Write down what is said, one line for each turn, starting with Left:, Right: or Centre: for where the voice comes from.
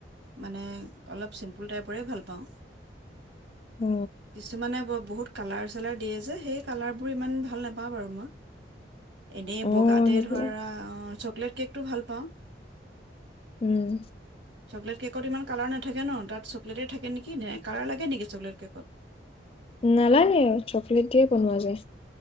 Right: মানে অলপ চিম্পুল টাইপৰে ভাল পাওঁ
Left: অ
Right: কিছুমানে বুত কাৰ চালাৰ দিয়ে যে সেই কালাৰবোৰ ভাল নাপাওঁ বাৰু মই এনেই
Left: অ
Right: বগাতে
Left: সেইবিলাক
Right: ধৰা চকলেট কেকটো ভাল পাওঁ
Left: উম
Right: চকলেট কেকত ইমান কালাৰ নাথাকে ন তাত চকলেটেই থাকে নেকি কালাৰ লাগে নেকি চকলেট কেকত
Left: নালানানে চকলেট দিয়ে বনোৱা যায়